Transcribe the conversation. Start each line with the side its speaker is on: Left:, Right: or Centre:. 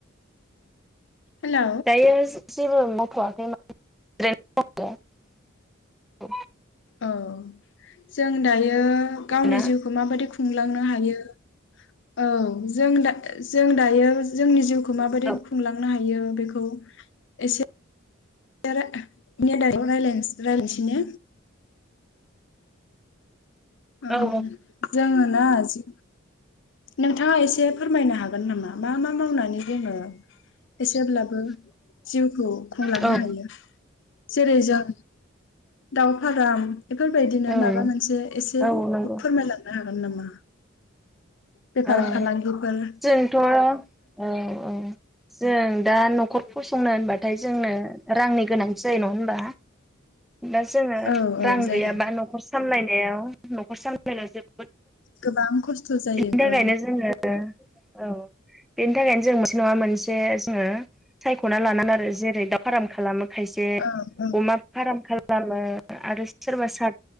Left: हेलौ
Centre: दायो जेबो मावथयाखैमोन ओरैनो दंङ
Left: औ जों दायो गावनि
Centre: ना?
Left: जिउखौ माबायदि खुं खुंलांनो हायो औ जों जों दायो जोंनि जिउखौ माबायदि
Centre: औ
Left: खुंलांनो हायो बेखौ एसे <unintelligible> रायज्लायनोसै ने ओं
Centre: औ
Left: जोङो ना जि नोंथाङा एसे फोरमायनो हागोन नामा मा मा मावनानै जोंङो एसेब्लाबो जिउखौ खुंलांनो
Centre: औ
Left: हायो जेरै जों दाव फाराम <unintelligible> एसे
Centre: औ औ नंगौ
Left: फोरमायलांनो हागोन हागोन नामा बेफार
Centre: औ
Left: फालांगिफोर
Centre: जोंथ' औ औ जों दा न'खर फसंनो होनबाथाय जोंनो रांनि गोनांथि जायो नङा होमबा दा जोङो
Left: औ औ
Centre: रां
Left: जायो
Centre: गैयाबा न'खर सामलायनाय हायाव न'खर सामलायना जोब
Left: गोबां खस्थ' जायो
Centre: थाखायनो
Left: औ
Centre: जोङो औ बेनि थाखायनो जों ङो सायख'ना लागोन आरो जेरै दाउ फार्म खालामो खायसे
Left: औ औ
Centre: अमा फार्म खालामो आरो सोरबा सा